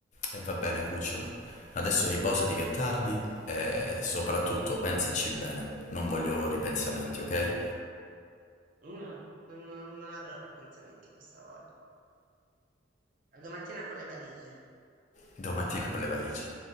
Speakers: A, on the left; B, on the right.
A: E va bene, cucciolo. Adesso riposati che è tardi e soprattutto
B: Mm,
A: pensaci bene. Non voglio ripensamenti, ok?
B: No, non, non avrò ripensamenti questa volta. A domattina con le valigie.
A: Domattina con le valigie.